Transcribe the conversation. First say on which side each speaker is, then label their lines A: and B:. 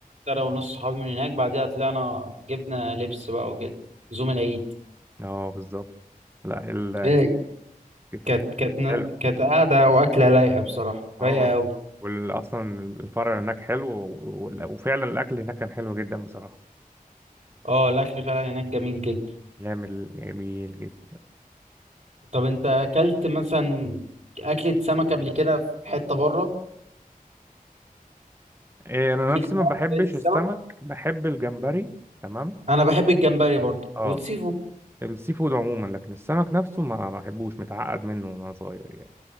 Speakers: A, on the right; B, on the right.
A: انا ونص صحابي من هناك بعدها طلعنا جبنا لبس بقى وكده زوم العيد
B: اه بالظبط لا ال
A: إيه،
B: كيف-
A: كانت كانت
B: حلو
A: كانت قاعدة وأكلة لايقة بصراحة
B: اه
A: رايقة أوي
B: واصلا الفرع هناك حلو وال- وفعلا الاكل هناك كان حلو جدا بصراحه
A: اه الأكل فعلا هناك جميل جدا
B: جميل جميل جدا
A: طب أنت أكلت مثلا أكلة سمك قبل كده في حتة بره
B: إيه انا
A: ليك
B: نفسي
A: في
B: ما
A: أكلات
B: بحبش
A: السمك؟
B: السمك بحب الجمبري تمام
A: أنا بحب الجمبري برضه
B: اه
A: والسيفود
B: السي فود عموما لكن السمك نفسه ما بحبوش متعقد منه وانا صغير يعني